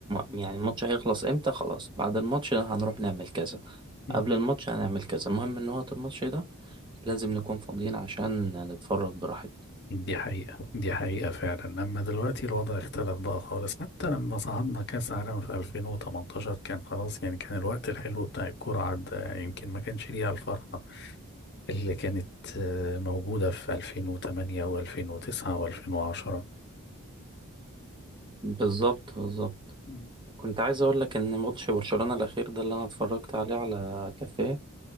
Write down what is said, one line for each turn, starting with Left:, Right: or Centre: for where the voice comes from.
Right: يعني الماتش هيخلص امتى خلاص بعد الماتش هنروح نعمل كذا
Left: مم.
Right: قبل الماتش هنعمل كذا المهم ان وقت الماتش ده لازم نكون فاضيين عشان نتفرج براحتنا
Left: دي حقيقة دي حقيقة فعلا أما دلوقتي الوضع اختلف بقى خالص حتى لما صعدنا كأس عالم في 2018 كان خلاص يعني كان الوقت الحلو بتاع الكورة عدى يعني يمكن ما كانش ليها الفرحة اللي كانت آه، موجودة في 2008 و2009 و2010
Right: بالظبط بالظبط
Left: مم.
Right: كنت عايز اقول لك ان ماتش برشلونة الاخير ده اللي انا اتفرجت عليه على كافيه